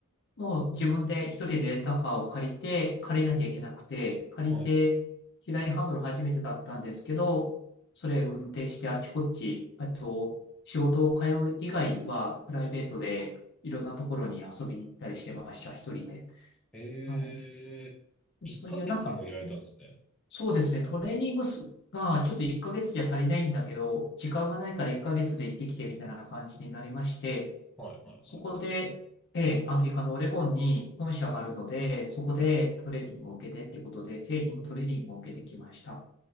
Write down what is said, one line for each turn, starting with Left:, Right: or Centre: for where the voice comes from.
Left: もう自分で一人でレンタカーを借りて、借りなきゃいけなくて、借りて、
Centre: はい。
Left: 左ハンドル初めてだったんですけど、それ運転してあっちこっち、あと、仕事を通う以外は、プライベートでいろんなところに遊びに行ったりしてました、一人で。
Centre: ええ1ヶ月もいられたんですね。
Left: はい。そういうなんか、そうですね、トレーニングすがちょっと1ヶ月じゃ足りないんだけど、時間がないから1ヶ月で行ってきてみたいな感じになりまして、
Centre: はいはいはい。
Left: そこで、えーアメリカのオレゴンに本社があるので、そこでトレーニングを受けてっていうことで、
Centre: はい。
Left: 製品のトレーニングを受けてきました。